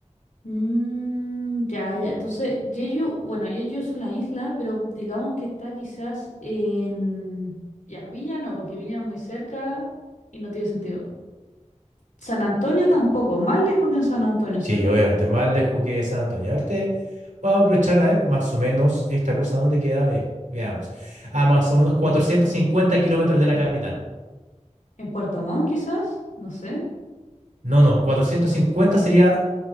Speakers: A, on the left; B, on the right.
A: Mm, ya, ya. Entonces, Jeju, bueno, Jeju es una isla, pero digamos que está quizás en... Ya, Viña no, porque Viña es muy cerca y no tiene sentido. San Antonio tampoco, más lejos que en San Antonio, ¿cierto?
B: Sí, obviamente, más lejos que San Antonio. Ahorita voy a aprovechar a ver más o menos esta cosa, ¿dónde queda? Ve- veamos. A más o menos 450 kilómetros de la capital.
A: En Puerto Montt quizás, no sé.
B: No, no, 450 sería,